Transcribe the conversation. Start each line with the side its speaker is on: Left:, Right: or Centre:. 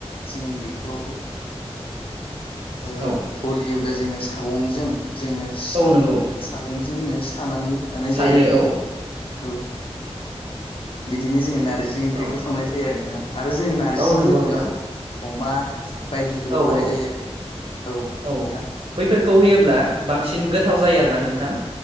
Left: जोङो बेखौ। ओ
Right: औ
Left: गलियोब्ला जोङो सागंजों जोङो
Right: औ नंगौ
Left: सागंजों जोङो। सानानै जानाय
Right: सायो
Left: जायो आरो नोंथाङा
Right: औ
Left: औ बिदिनो जोङो नारजि ओंख्रिखौ
Right: औ
Left: संनाय जायो आरो नोंथां आरो जोङो नारजिजों
Right: औ नंगौ
Left: लोगोआव
Right: नोंथां
Left: अमा। बायदिखौ होफानाय
Right: औ औ
Left: जायो आरो
Right: औ
Left: नोंथां
Right: बैफोरखौ होयोब्ला बांसिन। बांसिन गोथाव जायो आरो ना नोंथां।